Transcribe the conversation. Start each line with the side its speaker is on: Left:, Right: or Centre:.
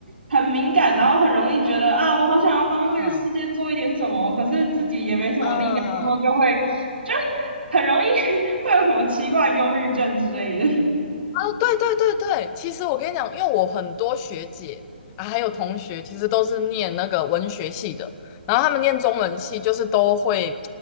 Right: 很敏感，然后很容易觉得啊，我好想要帮这个世界做一点什么，
Left: 嗯
Right: 可是自己也没什么力量，
Left: 嗯
Right: 然后就会就很容易 <laughs> 会有什么奇怪忧郁症之类的。
Left: 哦，对对对对，其实我跟你讲，因为我很多学姐啊，还有同学，其实都是念那个文学系的，然后他们念中文系，就是都会